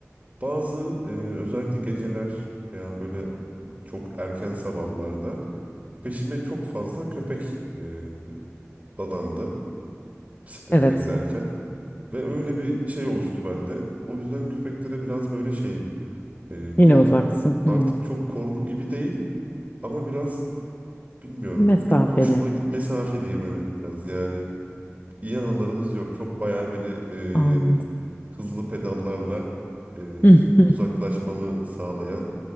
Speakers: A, on the right; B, on the left.
A: Bazı e, özellikle geceler veya böyle çok erken sabahlarda peşime çok fazla köpek e, dadandı bisikletle
B: Evet
A: giderken. Ve öyle bir şey oluştu bende. O yüzden köpeklere biraz böyle şeyim. E,
B: yine
A: korku
B: uzaksın.
A: artık
B: Hı.
A: çok korku gibi değil ama biraz bilmiyorum.
B: Mesafeli
A: Çok hoşuma gi- mesafe diyeyim evet biraz. Yani iyi anılarımız yok. Çok bayağı beni
B: anladım.
A: e, hızlı pedallarla e,
B: <laughs>
A: uzaklaşmamı sağlayan